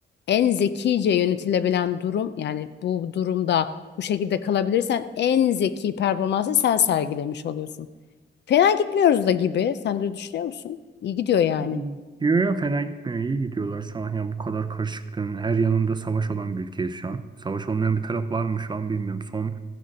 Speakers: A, on the left; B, on the right.
A: En zekice yönetilebilen durum yani bu durumda bu şekilde kalabilirsen en zeki performansı sen sergilemiş oluyorsun. Fena gitmiyoruz da gibi. Sen de düşünüyor musun? İyi gidiyor yani.
B: gidiyor ya, fena gitmiyor. İyi gidiyorlar şu an. Yani bu kadar karışıklığın her yanında savaş olan bir ülkeyiz şu an. Savaş olmayan bir taraf var mı şu an bilmiyorum. Son